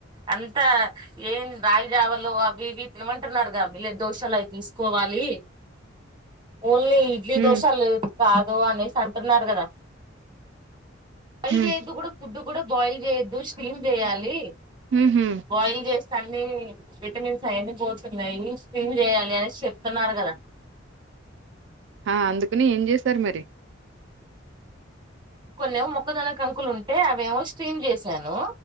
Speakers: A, on the right; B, on the right.
A: అంతా ఏం రాగిజావాలో అవి ఇవి తినమంటున్నారుగాలే మిల్లెల్ దోషలు అవి తీసుకోవాలి. ఓన్లీ ఇడ్లీ
B: హ్మ్
A: దోశల్లేవ్ కాదు అనేసి అంటున్నారు కదా పై
B: హ్మ్
A: ఎ కూడా ఫుడ్ కూడా బయిల్ చేయదు స్మ్ చేయాలి
B: ఊహూ
A: బాయిల్ చే అన్నీ విటమిన్స్ అవన్నీ పోతున్నాయి స్విమ్ చేయాలి అని చెప్తున్నారు కదా
B: ఆ అందుకుని ఏం చేశారు మరి
A: కొన్నిమో మొక్కదన కంకులు ఉంటే అవేమో స్ట్రీమ్ చేసాను